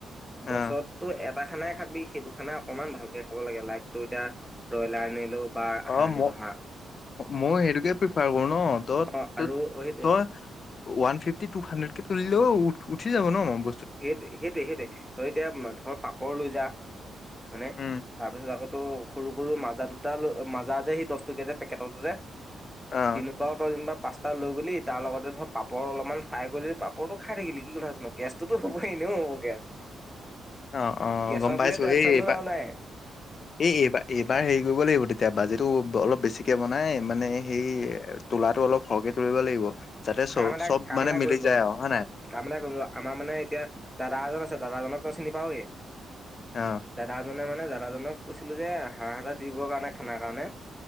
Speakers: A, in the centre; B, on the left.
A: বছৰতটো
B: অ
A: এটা খানাই খাবি সেইটো খানাই অকনমান ভালকে খাব লাগে লাইটটো এতিয়া ব্ৰইলাৰ আনিলো। বা হাঁহ
B: অ
A: আনিলো
B: ম
A: হাঁহ
B: মই সেইটোকে প্ৰিফাৰ কৰো ন ত
A: অ' আৰু অ' সেইটোৱে
B: তই ওৱান ফিফটি টু হানড্ৰেটকে তুলিলও উঠি যাব ন ।
A: সেইটো সেইটোৱে সেইটোৱে ধ এতিয়া ধৰ পাপৰ লৈ যা হয়নে,
B: উম
A: তাৰপিছত আকৌ ত সৰু সৰু মাজা দুটা ল মাজা যে সি দহ টকিয়া যে পেকেটো যে
B: অ
A: তেনেকুৱাও তই যেনিবা পাস্তা লৈ গলি তাৰ লগতে ধৰ পাপৰ অলপমান ফ্ৰাই কৰি পাপৰটো খাই থাকিলি কি কথা আছে নো গেষ্ট ততো হ'বই এনেও হব গেছ
B: অ অ
A: গেছক
B: গম পাইছোঁ
A: লৈ টেনচন
B: এইবাৰ
A: লৈ লাভ নাই।
B: এই এইবাৰ এইবাৰ হেৰি কৰিব লাগিব তেতিয়া বাজেত টো অলপ বেছিকে বনাই মানে সেই তোলাটো অলপ সৰহকে তুলিব লাগিব। যাতে চ
A: কাম এটা
B: চব
A: কাম
B: মানে
A: এটা
B: মিলি
A: কৰিম
B: যায়
A: ৰ
B: আৰু হয় নাই
A: কাম এটা কৰিম ৰ আমাৰ মানে এতিয়া দাদা এজন আছে দাদাজনক। চিনি পাওয়ে
B: অ
A: দাদাজনে মানে মে দাদাজনক কৈছিলো যে হাঁহ হাজাৰ দিবৰ কাৰণে খানাৰ কাৰণে,